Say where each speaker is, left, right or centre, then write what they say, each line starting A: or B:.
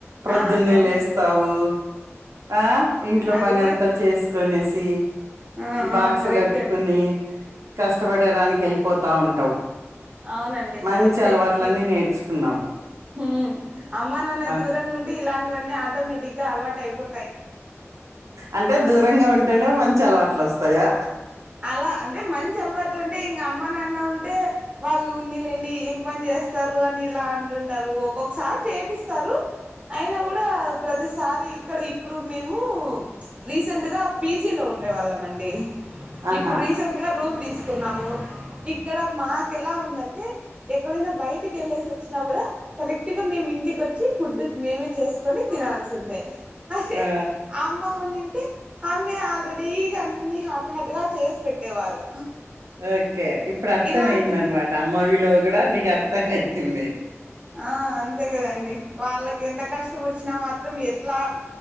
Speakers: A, on the right; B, on the right.
A: ప్రొద్దున్నే
B: ఆ క్రమ
A: లేస్తావు ఆ ఇంట్లో
B: అది
A: పని
B: కూడా
A: అంతా చేసుకొనేసి,
B: ఆ
A: బాక్స్
B: ఆ కరెక్టే
A: కట్టుకుని,
B: అండి
A: కష్టపడడానికి వెళ్ళిపోతా ఉంటావు.
B: అవునండి
A: మంచి
B: కరెక్టే
A: అలవాట్లన్నీ
B: ఇ
A: నేర్చుకున్నావు
B: హ్మ్ అమ్మా నాన్నకు
A: ఆ.
B: దూరంగా ఉంటే ఇలాంటివన్నీ ఆటోమేటిక్ గా అలవాటు అయిపో
A: అంటే దూరంగ ఉంటేనే మంచి అలవాట్లు వస్తాయా?
B: అలా అంటే మంచి అలవాట్లు అంటే ఇంగ అమ్మ నాన్న ఉంటే, వాళ్ళు ఉన్నిలేండి ఏం పని చేస్తారు అని ఇలా అంటుంటారు ఒక్కొక్కసారి చేపిస్తారు. అయినా కూడ ప్రతిసారి ఇక్కడ ఇప్పుడు మేము రీసెంట్ గా పీజీ లో ఉండే వాళ్ళమండి.
A: ఆహా
B: ఇప్పుడు రీసెంట్గా రూమ్ తీసుకున్నాము ఇక్కడ మాకు ఎలా ఉందంటే, ఎక్కడైనా బయటికి ఎళ్ళేసి వచ్చినా కూడ, కరెక్ట్ గా మేము ఇంటికొచ్చి ఫుడ్ మేమే చేసుకొని తినాల్సిందే. అదే
A: ఆ,
B: అమ్మ ఉన్నింటే, అమ్మె ఆల్రెడీగా అన్ని హాట్ హాట్ ట్గా చేసి పెట్టేవారు.
A: ఓకె ఇప్పుడు అర్థం
B: ఇలాంటి
A: అయిందనమాట అమ్మ విలువ కూడా నీకు అర్థం అయింది.
B: ఆ అంతే కదండి వాళ్ళకి ఎంత కష్టం వచ్చినా మాత్రం ఎట్లా